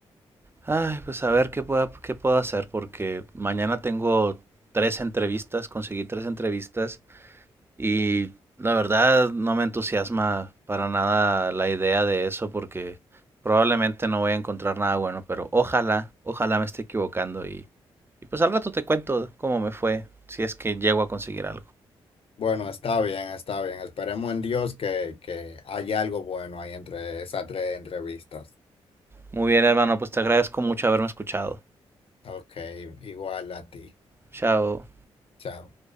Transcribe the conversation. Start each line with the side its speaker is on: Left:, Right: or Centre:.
Right: Ay, pues a ver qué pueda, qué puedo hacer, porque mañana tengo tres entrevistas, conseguí tres entrevistas y la verdad no me entusiasma para nada la idea de eso porque probablemente no voy a encontrar nada bueno, pero ojalá, ojalá me esté equivocando y, y pues al rato te cuento cómo me fue, si es que llego a conseguir algo.
Left: Bueno, está bien, está bien. Esperemos en Dios que, que haya algo bueno ahí entre esas tres entrevistas.
Right: Muy bien, hermano, pues te agradezco mucho haberme escuchado.
Left: Ok, igual a ti.
Right: Chao.
Left: Chao.